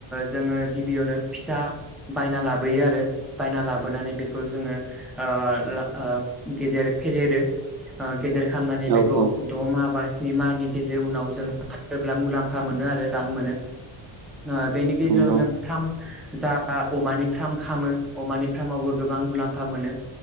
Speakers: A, in the centre; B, on the right.
A: जोङो ओ गिबियावनो फिसा बायना लाबोयो आरो बायना लाबोनानै बेखौ जोङो ओ गेदेर फदेरो। गेदेर खालामनानै
B: औ
A: बेखौ
B: औ
A: दमा बा सनि मानि गेजेर उनाव जोङो फानोब्ला मुलाम्फा मोनो आरो रां मोनो ओ बेनि गेजेराव
B: नंगौ
A: जों थाम जा अमानि फार्म खामो अमानि फारामावबो गोबां मुलाम्फा मोनो